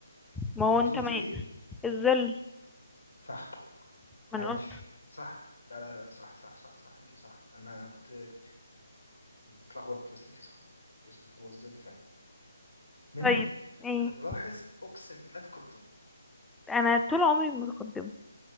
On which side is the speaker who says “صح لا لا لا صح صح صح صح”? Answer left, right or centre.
Left